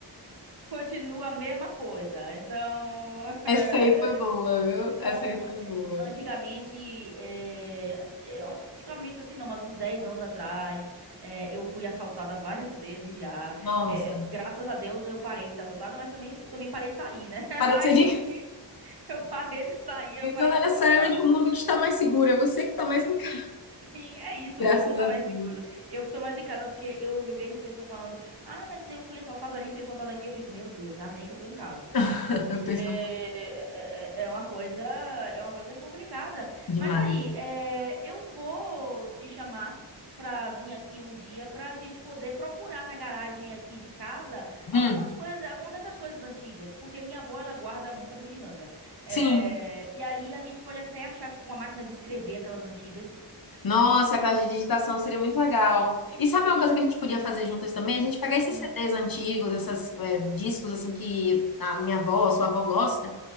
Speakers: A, on the right; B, on the left.
A: Continua a mesma coisa. Então, <laughs> eh,
B: essa aí foi boa, viu?
A: não.
B: Essa aí foi
A: eh,
B: boa.
A: Antigamente, eh, eh, antigamente assim, não, mas uns 10 anos atrás, eh, eu fui assaltada <laughs> várias vezes já.
B: Nossa,
A: Eh, graças a Deus eu parei de ser assaltada, mas também, eu também parei de sair, né? <laughs>
B: para
A: Aí
B: de ser de casa.
A: eu parei de sair, eu
B: Então
A: parei
B: não
A: de
B: é
A: ser
B: necessariamente
A: assaltada.
B: o mundo que está mais seguro, é você que está mais em casa.
A: Sim, é isso,
B: Graças
A: o mundo não tá
B: a
A: mais
B: Deus.
A: seguro. Eu tô mais em casa porque eu vejo pessoas falando: ah, mas eu fui assaltada ali, fui assaltada aqui. Eu fico, meu Deus, amém que eu tô em casa.
B: <laughs> Eu
A: É,
B: penso
A: é, é é uma coisa, é uma coisa complicada.
B: demais.
A: Mas aí, é, eu vou te chamar pra vir aqui um dia pra gente poder procurar na garagem aqui de casa algumas
B: Hum,
A: coisas, alguma dessas coisas antigas, porque minha avó ela guarda muita bugiganga. É,
B: sim.
A: e aí a gente pode até achar tipo uma máquina de escrever aquelas antigas.
B: Nossa, a classe de digitação seria muito legal. E sabe uma
A: Sim.
B: coisa que a gente podia fazer juntas também? A gente pegar esses
A: Uhum.
B: CDs antigos, esses discos assim que a minha avó, sua avó gosta,